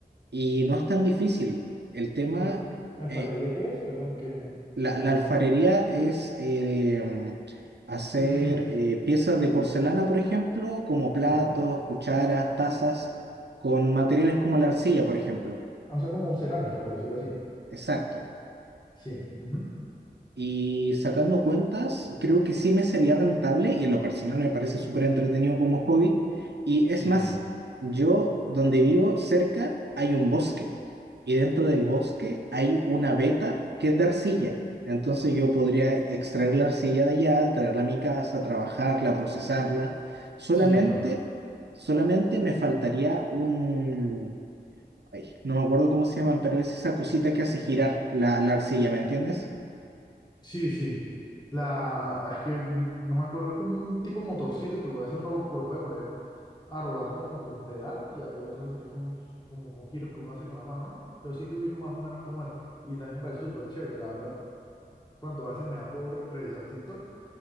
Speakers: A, on the right (about 90°); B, on the left (about 25°).
A: y no es tan difícil. El tema,
B: Al- ¿Alfarería
A: eh,
B: qué es? Perdón, que,
A: la,
B: que no
A: la
B: me...
A: alfarería es eh, hacer
B: <clears throat>
A: eh, piezas de porcelana, por ejemplo, como platos,
B: Ujú.
A: cucharas, tazas, con materiales como la arcilla, por ejemplo.
B: O sea, como cerámica, por decirlo así.
A: Exacto.
B: Sí. ujú.
A: Y sacando cuentas, creo que sí me sería rentable y en lo personal me parece súper entretenido como hobby. Y
B: Sí,
A: es más,
B: claro.
A: yo donde vivo cerca hay un bosque y dentro del bosque hay una veta que es de arcilla. Entonces yo podría extraer la arcilla de allá, traerla a mi casa, trabajarla, procesarla. Solamente,
B: Sí, claro.
A: solamente me faltaría un... ay, no me acuerdo cómo se llaman, pero es esa cosita que hace girar la, la arcilla, ¿me entiendes?
B: Sí, sí. La... Es que mm, no me acuerdo, es como un tipo motorcito que a veces uno lo, lo puede poner a rodar como con pedal y hay otras veces que es con, como con giros que uno hace con la mano, ¿no? Pero sí te ubico más o menos cómo es. Y también me parece súper chévere, la verdad. Cuando a veces me da por revisar TikTok.